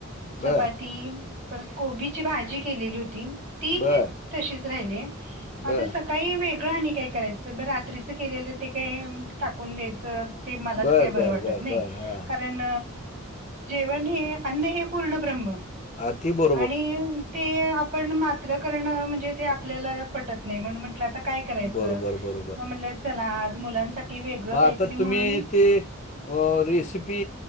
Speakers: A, on the left; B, on the right.
A: बरं,
B: चपाती परत कोबीची भाजी केलेली होती. ती
A: बरं.
B: हे तशीच राहिले
A: बरं.
B: आता सकाळी वेगळं आणि काय करायचं ब रा त्रीच केलेलं ते काय टाकुन द्यायच ते मला
A: बरं,
B: तर काय बर
A: बरं,
B: वाटत
A: बरं,
B: नाही.
A: बरं. हां.
B: कारण जेवण हे अन्न हे पूर्ण ब्रम्म.
A: आती ब
B: आणि ते आपण मात्र करणं म्हणजे ते आपल्याला पटत नाही म्हण म्हटलं आता काय करायचं
A: बरोबर, बरोबर.
B: मग म्हटलं चला आज मुलांसाठी वेगळं
A: मग आता
B: काहीतरी म्हणून
A: तुम्ही ते अ रेसिपी